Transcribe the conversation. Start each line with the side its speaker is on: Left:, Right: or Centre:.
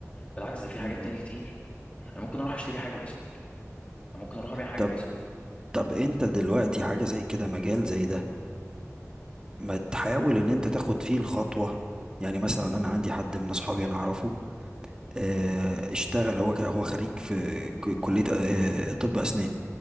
Left: بالعكس ده في حاجات
Right: مم.
Left: تاني كتير انا ممكن اروح اشتري حاجه باسمك انا ممكن اروح ابيع حاجه
Right: طب
Left: باسمك
Right: طب أنت دلوقتي حاجة زي كده مجال زي ده ما تحاول إن أنت تاخد فيه الخطوة يعني مثلا أنا عندي حد من أصحابي أنا أعرفه آه، اشتغل هو ك- هو خريج في ك- كلية آه، طب أسنان